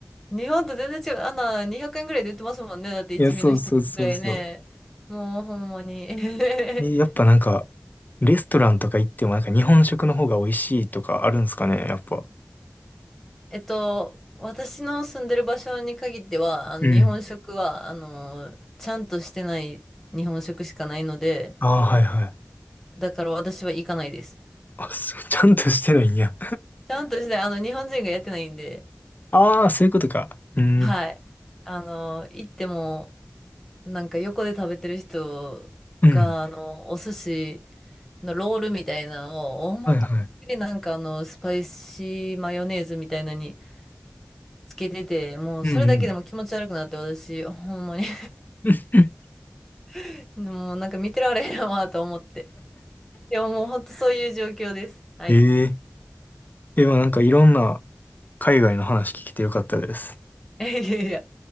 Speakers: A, in the centre; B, on the left.
A: 日本と全然違う。あんな200円ぐらいで売ってますもんね。だって一味の一つぐらいね。
B: いや、そうそうそうそう。
A: もうほんまに。<laughs>
B: え、やっぱなんか、レストランとか行ってもなんか日本食の方が美味しいとかあるんすかね、やっぱ。
A: えっと、私の住んでる場所に限っては、あの日本食は、
B: うん。
A: あの、ちゃんとしてない日本食しかないので、
B: ああ、はいはい。
A: だから私は行かないです。
B: あ、そう、<laughs> ちゃんとしてないんや。
A: ちゃんとして、あの、日本人がやってないんで、
B: ああ、そういうことか。うん、
A: はい。あの、行っても、なんか横で食べてる人が、
B: うん、
A: あの、お寿司のロールみたいなのを、思いっきりなんかあの、
B: はいはい。
A: スパイシーマヨネーズみたいなのにつけてて、もうそれだけでも気持ち悪くなって、
B: うんうん。
A: 私、ほんまに
B: <laughs>
A: <laughs> もうなんか見てられへんわと思って。でももうほんとそういう状況です。はい。
B: ええ
A: <laughs>
B: え、まあなんかいろんな海外の話聞けてよかったです。
A: いやいやいや、